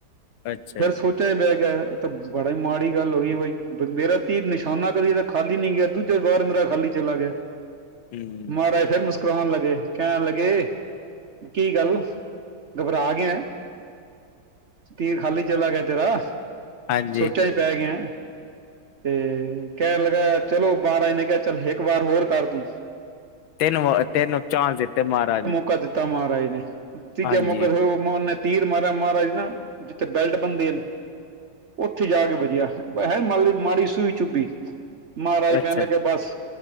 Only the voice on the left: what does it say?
ਅੱਛਾ
ਹੂੰ
ਹਾਂਜੀ
ਤਿੰਨ ਵਾਰ ਤਿੰਨ ਚਾਂਸ ਦਿੱਤੇ ਮਾਰਾਜ ਨੇ।
ਹਾਂਜੀ
ਅੱਛਾ